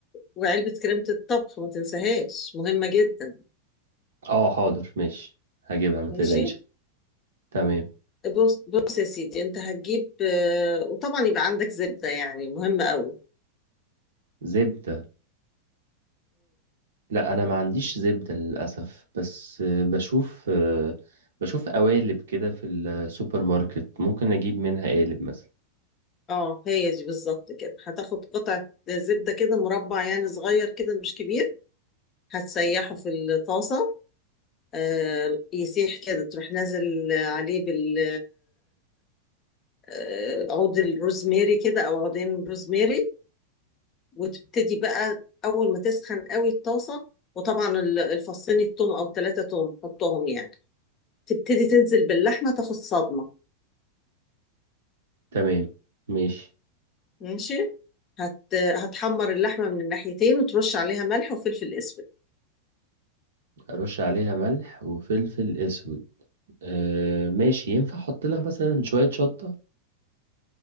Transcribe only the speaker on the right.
اه حاضر ماشي هجيبها ما
تقلقيش تمام
زبدة لا انا ما عنديش زبدة للأسف بس آه، بشوف آه، بشوف قوالب كده في السوبر ماركت ممكن اجيب منها قالب مثلا
تمام ماشي
ارش عليها ملح وفلفل اسود آه ماشي ينفع احط لها مثلا شوية شطة